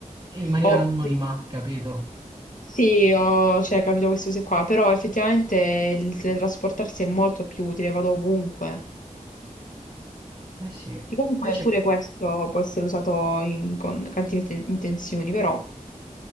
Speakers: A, on the right; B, on the left.
A: In maniera
B: o...
A: anonima, capito?
B: Sì, ho, cioè, capito queste cose qua, però effettivamente il teletrasportarsi è molto più utile, vado ovunque.
A: Eh sì.
B: Che comunque
A: Invece...
B: pure questo può essere usato in- con cattive te- intenzioni, però...